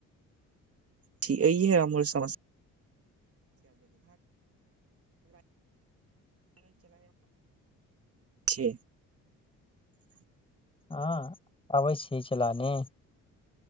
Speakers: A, on the right; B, on the left.
A: ठ य ह अमल सम <unintelligible>
B: हँ अबै छी चलाने